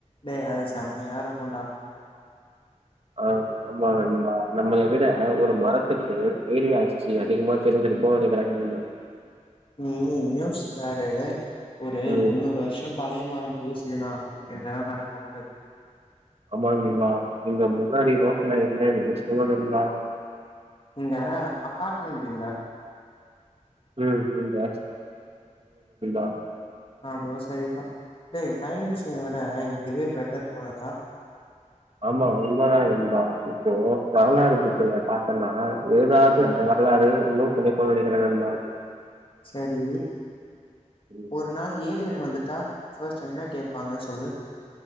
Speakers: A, on the left (about 45°); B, on the right (about 50°).
A: டேய்அது செம்மையா இருக்கும்ண்டா
B: ஆ ஆமா நண்பா நம்மள விட ஒரு மரத்துக்கு வேலாச்சு அதிகமா தெரி்ஞ்சுருக்கு நெனக்கிறே நண்பா
A: நீ யோச்சுபாரு ஒரு
B: ம்
A: முன்னூறு வர்ஷ் <unintelligible> பழய மரொ தூசுதுன்னா என்னதா நடக்குன்ட்டு
B: ஆமாங்க நண்பா நீங்க முன்னாடி ரோஸ்ல என்னன்னு <unintelligible>
A: இங்க அப்பார்ட்மெண்ட் இல்ல
B: இங்க <unintelligible>
A: அதுவு செரிதா டேய் டைம் மிஷின விட இதுவே பெட்டர் போடதா
B: ஆமா உண்மதா நண்பா இப்போ வரலாறு புக்குல பாத்தன்னா ஏதாவ வரலாறு இன்னு கதைப்போ நெனைக்கிறே நண்பா
A: சரி
B: ம்
A: ஒரு நாள் ஏலியன் வந்துட்டா ஃபர்ஸ்ட் என்னா கேப்பாங்க சொல்லு